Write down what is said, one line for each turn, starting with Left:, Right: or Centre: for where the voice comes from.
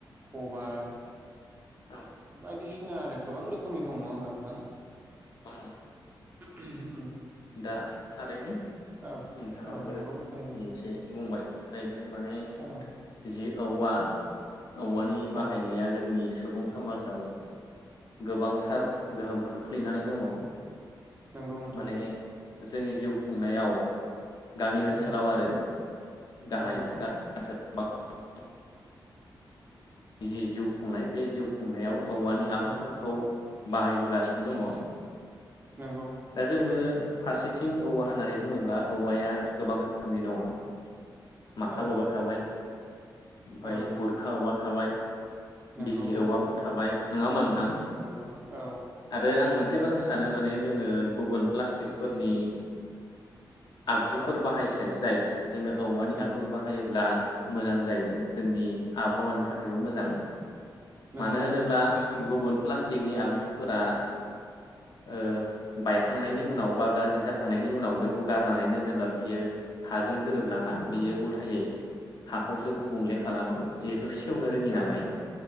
Right: खबाय
Left: नंगौ औ
Right: बायदिसिना आरो गोबां रोखोमनि दं नङा होमबा नोंथां
Left: औ
Right: उम
Left: दा थारैनो
Right: औ
Left: नोंथाङाबो
Right: नंगौ
Left: फंनैसो
Right: थारैनो
Left: बुंबाय थारैनो माने
Right: औ
Left: जि औवा औवानि
Right: औ
Left: बाहायनाया जोंनि सुबुं समाजाव गोबांथार गोहोम खोख्लैनानै दङ
Right: नंगौ नोंथां
Left: माने जोंनि जिउ खुंनायाव गामि
Right: औ
Left: ओनसोलाव आरो गाहाय
Right: औ
Left: <unintelligible>
Right: औ
Left: नि जिउ खुंनाय बे जिउ खुंनायाव औवानि आगजुफोरखौ
Right: औ
Left: बाहायबोगासिनो दङ
Right: नंगौ
Left: दा जोङो
Right: नोंथां
Left: फारसेथिं थिं औवा होननानै बुङोब्ला औवाया गोबां रोखोमनि दङ माखाल
Right: औ
Left: औवा थाबाय ओमफ्राय
Right: औ
Left: बुरखा औवा थाबाय
Right: नंगौ
Left: बिजलि
Right: नोंथां
Left: औवाफोर थाबाय नङा होमबा नोंथां
Right: नंगौ औ
Left: आरो आं मोन से बाथ्रा सानो माने जोङो गुबुन प्लास्टिकफोरनि आगजुफोर
Right: औ
Left: बाहायस्लायस्लाय जोङो औवानि
Right: नंगौ
Left: आगजु बाहायोब्ला मोजां जायो जोंनि आबहावानि थाखायबो मोजां
Right: नंगौ
Left: मानो
Right: नोंथां
Left: होनोब्ला
Right: थारैनो
Left: गुबुन फ्लास टिकनि आगजुफोरा ओ बायखांनायनि उनाव बा गाज्रि जाखांनायनि उनाव बे खौ गारनानै दोनोब्ला बियो हाजों गोरोबलाङा बियो उलथायै हाखौसो गुबुंले खालामो जिहेथु सेेवनो रोङि
Right: औ
Left: नालाय